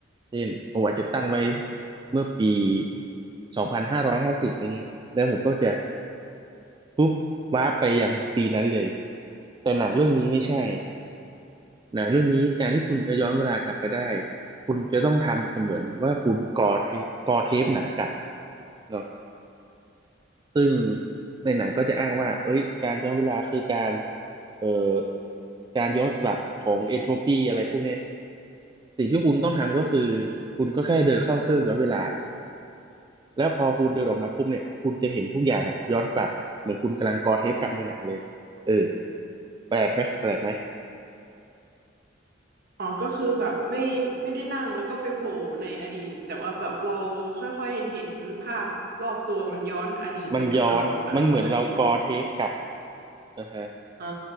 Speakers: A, on the right; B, on the right.
A: เช่นผมอาจจะตั้งไว้เมื่อปีสองพันห้าร้อยห้าสิบอะไรเงี้ยแล้วผมก็จะปุ๊บว้าร์ปไปยังปีนั้นเลยแต่หนังเรื่องนี้ไม่ใช่ หนังเรื่องนี้การที่คุณจะย้อนเวลากลับไปได้คุณจะต้องทำเสมือนว่าคุณกอเทปกอเทปหนังกลับเนาะซึ่งในหนังก็จะอ้างว่าเอ้ยการย้อนเวลาคือการเอ่อการย้อนกลับของเอนโทรปีอะไรพวกเนี้ยสิ่งที่คุณต้องทำก็คือคุณก็แค่เดินเข้าเครื่องย้อนเวลาแล้วพอคุณเดินออกมาปุ๊บเนี่ยคุณจะเห็นทุกอย่างอะย้อนกลับเหมือนคุณกำลังกอเทปกลับในหนังเลยเออแปลกไหมแปลกไหม
B: อ๋อก็คือแบบไม่ไม่ได้นั่งแล้วก็ไปโผล่ในอดีตแต่ว่าแบบเราค่อยๆเห็นภาพรอบตัวมันย้อนอดีตไปกับเราอะไรประมาณนี้
A: มันย้อนมันเหมือนเรากอเทปกลับนะฮะ
B: อ๋อ